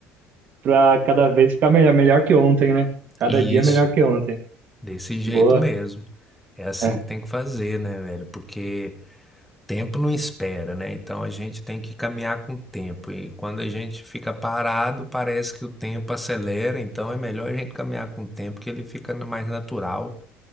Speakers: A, on the right; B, in the centre.
A: pra cada vez ficar melhor, melhor que ontem, né? Cada
B: e
A: dia
B: isso,
A: melhor que ontem.
B: desse jeito
A: Boa.
B: mesmo. É assim
A: É,
B: que tem que fazer, né, velho, porque tempo não espera, né, então a gente tem que caminhar com o tempo e quando a gente fica parado, parece que o tempo acelera, então é melhor a gente caminhar com o tempo que ele fica mais natural